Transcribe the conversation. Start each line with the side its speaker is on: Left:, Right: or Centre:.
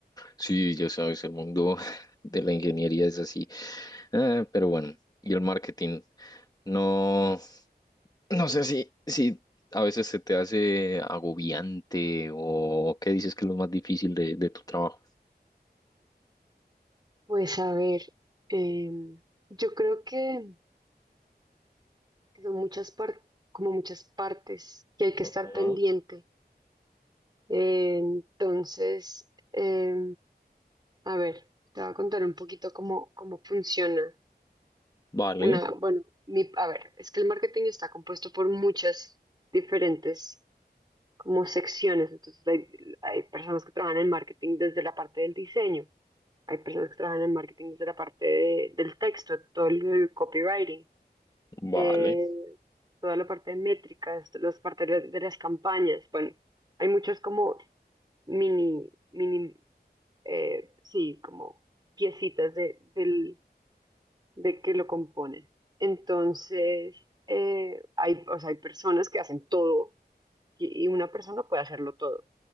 Left: Sí, ya sabes, el mundo <laughs> de la ingeniería es así. Ah, pero bueno, y el marketing, no, no sé si, si a veces se te hace agobiante o qué dices que es lo más difícil de, de tu trabajo.
Right: Pues a ver, em, yo creo que que son muchas par- como muchas partes que hay que estar
Left: Ajá.
Right: pendiente. Eh, entonces, eh, a ver, te voy a contar un poquito cómo, cómo funciona
Left: Vale,
Right: una, bueno, mi, a ver, es que el marketing está compuesto por muchas diferentes como secciones, entonces hay, hay personas que trabajan en marketing desde la parte del diseño, hay personas que trabajan en marketing desde la parte de- del texto, todo el copywriting eh,
Left: vale,
Right: toda la parte de métricas, los partidos de de las campañas. Bueno, hay muchas como mini, mini, eh, sí, como piecitas de, del, de que lo componen. Entonces, eh, hay, o sea, hay personas que hacen todo y y una persona puede hacerlo todo.